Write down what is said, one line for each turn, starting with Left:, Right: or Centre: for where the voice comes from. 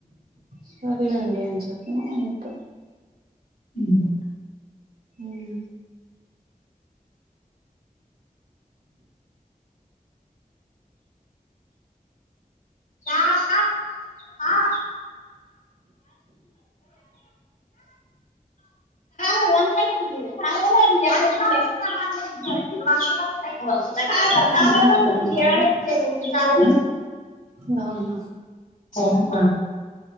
Right: సరలేండీ ఏం చెప్పిన అంతె.
Left: ఉమ్.
Right: ఉమ్.
Left: ఆహ్ సార్ ఆహ్. <inaudible> <inaudible>
Right: నాన్న ఎక్కడున్నాడు నాన్న
Left: ఉమ్